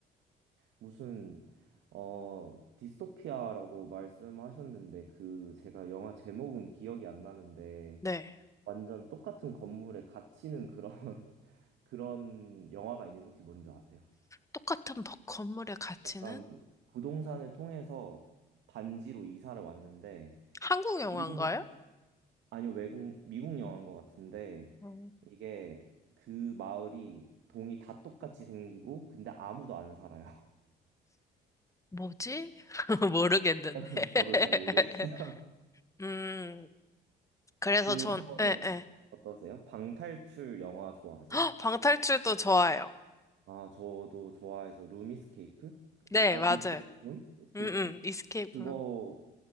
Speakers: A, on the right; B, on the left.
A: 무슨, 어, 디스토피아라고 말씀하셨는데, 그, 제가 영화 제목은 기억이 안 나는데,
B: 네.
A: 완전 똑같은 건물에 갇히는 그런, <laughs> 그런 영화가 있는데, 혹시 뭔지 아세요?
B: 똑같은 버- 건물의 가치는
A: 약간 부동산을 통해서 단지로 이사를 왔는데,
B: 한국 영화인가요?
A: 모든 아니요, 외국, 미국 영화인 것 같은데,
B: 어,
A: 이게 그 마을이 동이 다 똑같이 생기고, 근데 아무도 안 살아요.
B: 뭐지? <laughs> 모르겠는데.
A: <laughs> 저도
B: <laughs>
A: 잘 모르겠어요.
B: 음, 그래서
A: 그런
B: 전,
A: 거는
B: 네, 네.
A: 어떠세요? 방탈출 영화 좋아하세요?
B: 헉, 방탈출도 좋아요.
A: 아, 저도 좋아해서 룸이스케이프?
B: 네,
A: 아,
B: 맞아요.
A: 이스케이프룸? 이스케이프룸?
B: 음, 음, 이스케이프
A: 그거